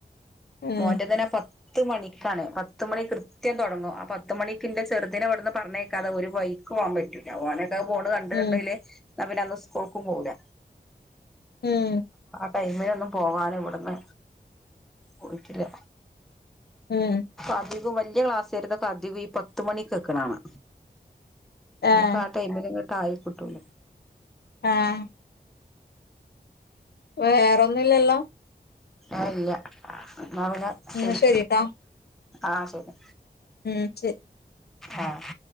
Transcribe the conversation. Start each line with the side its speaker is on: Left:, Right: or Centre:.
Left: ഉം
Centre: മോൻന്റെ തനെ പ പത്ത് മണിക്കാണ് പത്ത മണി കൃത്യം തുടങ്ങും ആ പത്തുമ മണിൻ്ന്റെ ചെറുതിനെ ഇവിടുന്ന് പറഞ്ഞേക്കാതെ ഒരു വൈ പോവാൻ പറ്റില്ല ഓനെ പോ കണ്ട കണ്ടല
Left: ഉം
Centre: പിെ അന്ന് സ്കൂൾക്കും പോില്ല
Left: ഉം
Centre: കൈ്മ ഒന്നും പോകാന ഇവിടുന്ന് പോയിട്ടില്ല
Left: ഉം
Centre: അധിക വലിയ ക്ലാസ് വരത ക അധിക ഈ പത്ത മണിക്ക്ക്കണാണ് നമുക്ക്
Left: ആഹ്
Centre: ആ ടൈമിനങ്ങോട്ട് ആയി കിട്ടൂല
Left: ആഹ വേറൊന്നുംല്ലല്ലോ
Centre: ആല്ല മാവിന
Left: എന്നാ
Centre: ശരി
Left: ശരിട്ടാ
Centre: ആഹ ശരി
Left: ഉം ശരി
Centre: ആഹ